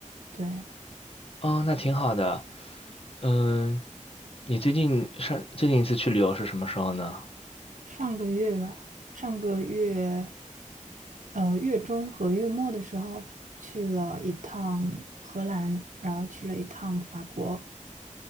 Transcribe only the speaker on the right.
对，
上个月吧，上个月，呃，月中和月末的时候去了一趟荷兰，然后去了一趟法国。